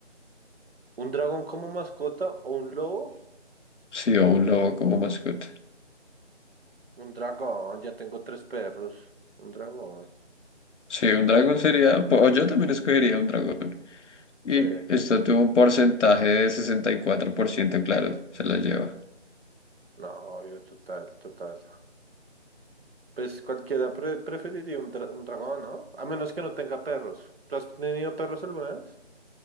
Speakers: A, on the right; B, on the left.
A: ¿Un dragón como mascota o un lobo?
B: Sí, o un lobo como mascota.
A: Un dragón, ya tengo tres perros. Un dragón.
B: Sí, un dragón sería, o yo también escogería un dragón. Y
A: Sí.
B: esto tuvo un porcentaje de sesenta y cuatro por ciento claro, se la lleva.
A: No, yo total, total. Pues cualquiera pre- preferiría un, dra- un dragón, ¿no? A menos que no tenga perros. ¿Tú has tenido perros alguna vez?